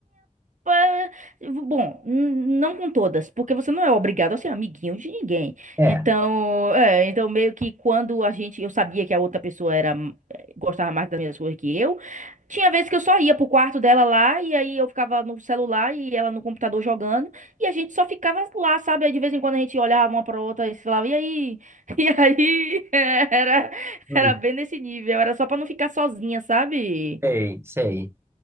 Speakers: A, on the right (about 80°); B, on the right (about 20°).
A: Pa- Bom, n- não com todas, porque você não é obrigado a ser amiguinho de ninguém.
B: É,
A: Então, é, então meio que quando a gente, eu sabia que a outra pessoa era eh, gostava mais das mesmas coisas que eu, Tinha vezes que eu só ia pro quarto dela lá, e aí eu ficava no celular e ela no computador jogando, e a gente só ficava lá, sabe? Aí de vez em quando a gente olhava uma pra outra e falava, e aí? <laughs> E aí? <laughs> Era,
B: hum,
A: era bem nesse nível, era só pra não ficar sozinha, sabe?
B: sei, sei.